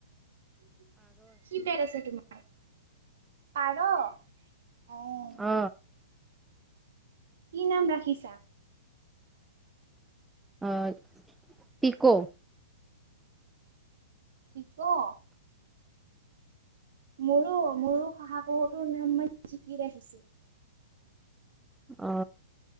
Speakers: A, on the right; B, in the centre.
A: কি পেট আছে তোমাৰ পাৰ অহ
B: অ
A: কি নাম ৰাখিছা
B: অই পিকৌ
A: পি-ক মোৰো মোৰো শহাপহুটোৰ নাম মই জিকি ৰাখিছো
B: অ